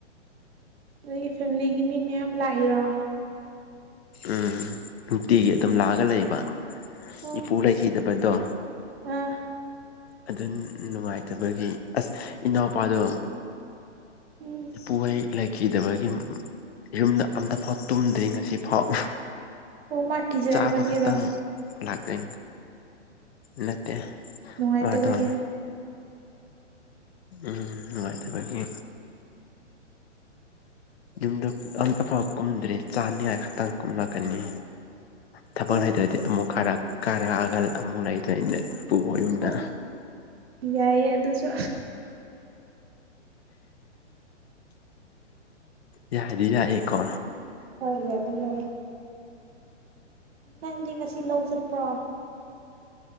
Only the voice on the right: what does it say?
ꯅꯣꯏꯒꯤ ꯐꯦꯃꯤꯂꯤꯒꯤ ꯃꯤ ꯃꯌꯥꯝ ꯂꯥꯛꯏꯔꯣ
ꯑꯣ
ꯑꯥ
ꯎꯝ
ꯑꯣ ꯃꯥ ꯀꯤꯖꯕꯒꯤꯔꯣ
ꯅꯨꯡꯉꯥꯏꯇꯕꯒꯤ
ꯑꯣ
ꯑꯁ ꯌꯥꯏꯌꯦ ꯑꯗꯨꯁꯨ
ꯍꯣꯏ ꯌꯥꯗꯤ ꯌꯥꯏꯌꯦ ꯅꯪꯗꯤ ꯉꯁꯤ ꯂꯧ ꯆꯠꯄ꯭ꯔꯣ